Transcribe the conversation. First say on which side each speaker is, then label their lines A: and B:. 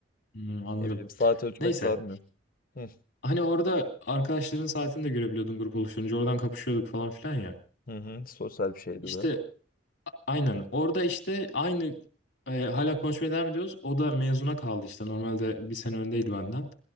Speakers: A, on the left; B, on the left.
A: Hmm, anladım.
B: Ne bileyim saat ölçmek
A: Neyse.
B: sarmıyor. Hı
A: Hani orada arkadaşların saatini de görebiliyordun grup oluşturunca. Oradan kapışıyorduk falan filan ya.
B: hı. hı. Sosyal bir şeydi
A: İşte
B: de.
A: Aynen. Orada işte aynı e, hala konuşmaya devam ediyoruz. O da mezuna kaldı işte. Normalde bir sene öndeydi benden.